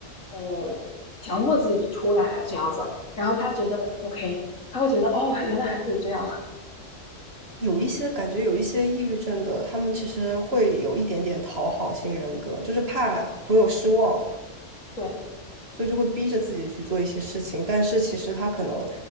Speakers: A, on the left; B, on the right.
A: 呃强迫自己出来这样子。然后他觉得 OK，他会觉得哦，我还原来还可以这样，
B: 有一些感觉，有一些抑郁症的，他们其实会有一点点讨好型人格，就是怕朋友失望，
A: <laughs> 对。
B: 所以就会逼着自己去做一些事情，但是其实他可能